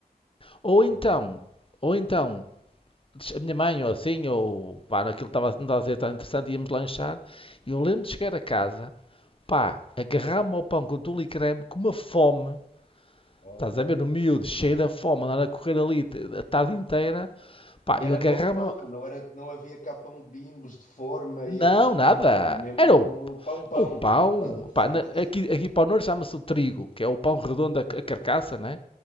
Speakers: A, on the left; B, on the left.
A: Ou então,
B: Uhum.
A: ou então, a minha mãe ou assim, ou pá, aquilo estava, não estava a ser tão interessante, íamos lanchar. E eu lembro de chegar a casa pá, agarrar-me ao pão com tule e creme, com uma fome,
B: Opa.
A: estás a ver, no miúdo, cheio da fome, andar a correr ali a tarde inteira, pá,
B: E
A: eu
B: era
A: agarrar-me,
B: pão-pão, não era, não havia cá pão de bimbos, de forma
A: não,
B: e essas coisas.
A: nada,
B: Era mesmo
A: era o,
B: pão-pão.
A: o pão,
B: Estás a perceber?
A: pá, na- aqui, aqui para o norte chama-se o trigo, que é o pão redondo, a, a carcaça, né?